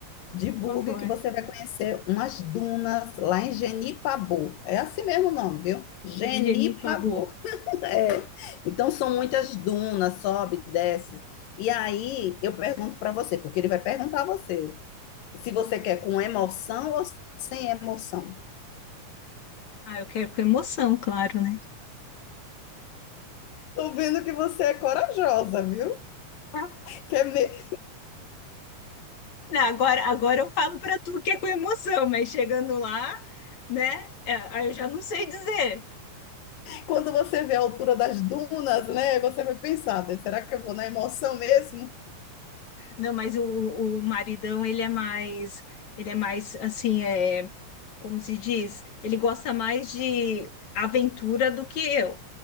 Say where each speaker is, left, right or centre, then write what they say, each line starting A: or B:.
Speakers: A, on the left; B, on the left.
A: De
B: Por
A: buggy
B: favor.
A: que você vai conhecer umas dunas lá em Genipabu. É assim mesmo o nome, viu? Genipabu.
B: Virginie Pabu.
A: <laughs> É. Então são muitas dunas, sobe, desce. E aí eu pergunto para você, porque ele vai perguntar a você se você quer com emoção ou sem emoção.
B: Ah, eu quero com emoção, claro, né?
A: Tô vendo que você é corajosa, viu?
B: Ah,
A: Quer me-
B: Não, agora, agora eu falo para tu que é com emoção, mas chegando lá, né? é, aí eu já não sei dizer.
A: Quando você vê a altura das dunas, né? Você vai pensar, né, será que eu vou na emoção mesmo?
B: Não, mas o, o maridão, ele é mais, ele é mais assim, é. como se diz, ele gosta mais de aventura do que eu,